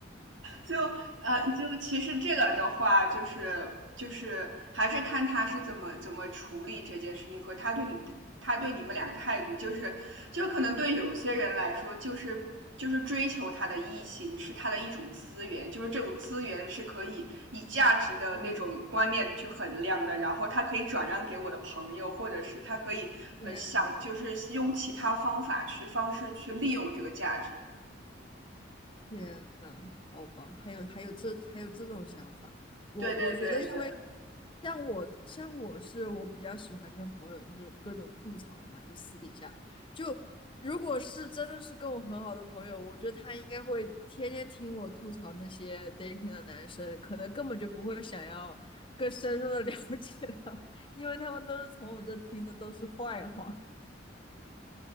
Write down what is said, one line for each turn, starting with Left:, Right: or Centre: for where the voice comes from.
Right: 就呃，就其实这个的话，就是就是还是看他是怎么怎么处理这件事情和他对你的他对你们俩的态度，就是就是可能对有些人来说，就是就是追求他的异性是他的一种资源，就是这种资源是可以以价值的那种观念去衡量的，
Left: 嗯，
Right: 然后他可以转让给我的朋友，或者是他可以呃想就是用其他方法去方式去利用这个价值。
Left: 天天呐，好吧，还有还有这还有这种想法，我我觉得，
Right: 对对对对，
Left: 因为像我像我是我比较喜欢跟朋友就是各种吐槽嘛，就私底下就如果是真的是跟我很好的朋友，我觉得他应该会天天听我吐槽那些 dating 的男生，可能根本就不会想要更深入的 <laughs> 了解他们因为他们都是从我这听的都是坏话。